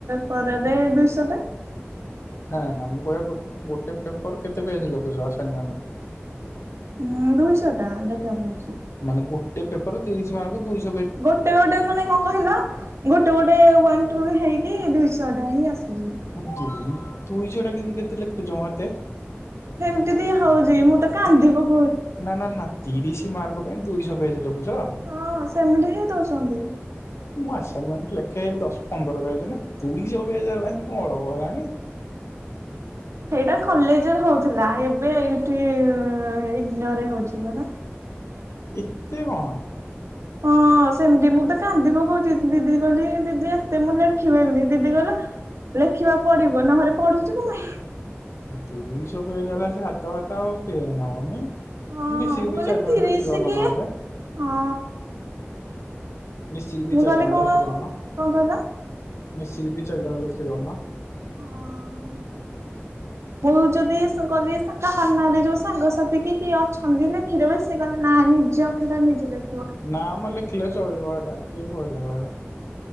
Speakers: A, on the right; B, on the left.
A: ପରରେ ଦୁଇଶଟା।
B: ନାଇଁ ନାଇଁ ମୁଁ କହିବା ଗୋ ଗୋଟେ ପେପର କେତେ ପେଜେ ଲଖୁଚ ଆସାନମେଣ୍ଟ?
A: ଉଁ ଦୁଇଶଟା ଲେଖିବାକୁ ପଡ଼ୁଚି।
B: ମାନେ ଗୋଟେ ପେପର ତିରିଶି ମାର୍କ ଦୁଇଶ
A: ଗୋଟେ ଗୋଟେ କଣ କହିଲ ଗୋଟେ ଗୋଟେ ୱାନ୍ ଟୁ ହେଇକି ଦୁଇଶହ ଟା ହିଁ ଆସୁଚି।
B: ହଁ ଦୁଇ ଦୁଇ ଶହ ଟା କେନ୍ତେ କେତେ ଲେଖୁଛ ମ ଏତେ?
A: ହେମିତି ବି ହଉଚି ମୁଁ ତ କାନ୍ଦି ପ
B: ନା ନା ନା ତିରିଶି ମାର୍କ ପାଇଁ ଦୁଇଶହ ପେଜେ ଲେଖୁଚ?
A: ହଁ ସେମିତି ହିଁ ଦଉଛନ୍ତି।
B: ମୁଁ ଆସାଇନିମେଣ୍ଟ ଲେଖେ ଦଶ ପନ୍ଦର ପେଜେ ନା ଦୁଇ ଶହ ପେଜେ ହେଲାଆସିକି କଣ ଅଳପ ହେଲାଣି?
A: ହେଇଟା କଲେଜେ ରେ ହଉଥିଲା ଏବେ ଇନ୍ତି ଇଗନୋରେ ହଉଛି ପରା।
B: ଏତେ କଣ?
A: ହଁ ହଉ ସେମିତି ମୁଁ ତ କାନ୍ଦି ପକଉଚି ଦିଦିକି କହିଲି ଦିଦି ଏତେ ମୁଁ ଲେଖିପାଇବିନି, ଦିଦି କହିଲା ଲେଖିବା ପଡିବ ନହରେ ପଢୁଛୁ କଁ ପାଇଁ
B: ଦୁଇଶ ପେଜ ହେଲା ସେ ହାତ ଫାତ ଆଉ ପେନ୍ ହବନି -
A: ହଁ
B: ମିଶିକି
A: ମୁଁ
B: ଦି
A: କହିଲି
B: ଚାରିଜଣ
A: ତିରିଶ
B: ଲେଖିଦଉନ
A: କି
B: ନହେଲେ
A: ହଁ
B: ମିଶିକି ଦି
A: ମୁଁ
B: ଚାରିଜଣ
A: କହିଲି କଣ
B: ଲେଖିଦଉନ,
A: କଣ କହିଲ?
B: ମିଶିକି ଦି ଚାରିଜଣ ଲେଖିଦଉନ
A: ହଁ ମୁଁ ଯଦି କହିଲି କାନାରେ ଯୋଉ ସାଙ୍ଗସାଥି କି କିଏ ଅଛନ୍ତି ନା କ୍ଷୀ ଦେବେ ସେ କହିଲେ ନାଁ ନିଜ ଅକ୍ଷର ନିଜେ ଲେଖି -
B: ନା ମ ଲେଖିଲେ ଚଳିବ ହେଇଟା କିଏ କହିଲା ବା ହେଟା